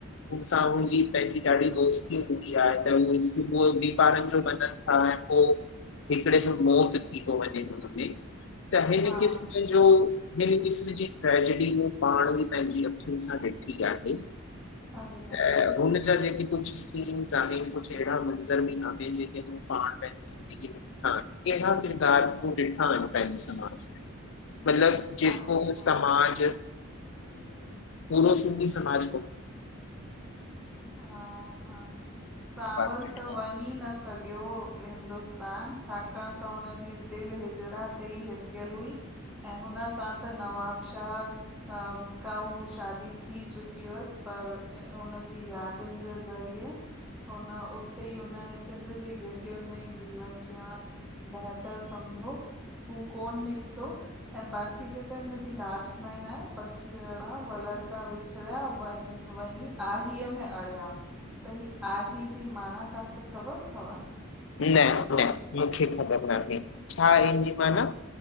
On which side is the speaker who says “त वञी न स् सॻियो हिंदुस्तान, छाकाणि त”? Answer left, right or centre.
Centre